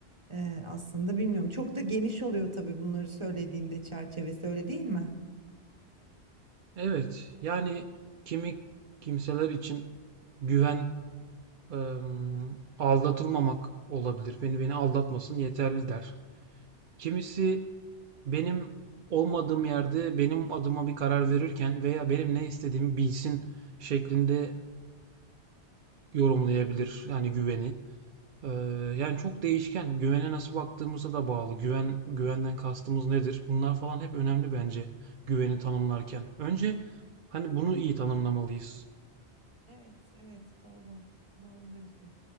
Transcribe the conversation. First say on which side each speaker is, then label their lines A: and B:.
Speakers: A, on the right; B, on the right.
A: Ee, aslında bilmiyorum çok da geniş oluyor tabii bunları söylediğinde çerçevesi öyle değil mi?
B: Evet, yani kimi kimseler için güven eee, aldatılmamak olabilir. Beni beni aldatmasın yeterli der. Kimisi benim olmadığım yerde benim adıma bir karar verirken veya benim ne istediğimi bilsin şeklinde yorumlayabilir yani güveni. Ee, yani çok değişken. Güvene nasıl baktığımıza da bağlı. Güven, güvenden kastımız nedir? Bunlar falan hep önemli bence güveni tanımlarken. Önce hani bunu iyi tanımlamalıyız.
A: Evet, evet doğru. Doğru diyorsun.